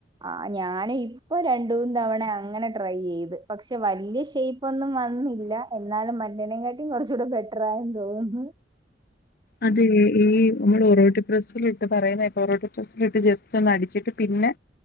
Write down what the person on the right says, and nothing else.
ആ ഞാന് ഇപ്പൊ രണ്ട് മൂന്ന് തവണ അങ്ങനെ ട്രൈ യ്ചെയ്ത് പക്ഷെ വലിയ ഷേയ് പ്പൊന്നും വന്നില്ല എന്നാലും മറ്റീനെകാട്ടിം കൊറ്ച്ചൂടെ ബെട്ട്റായെന്ന് തോന്നുന്നു.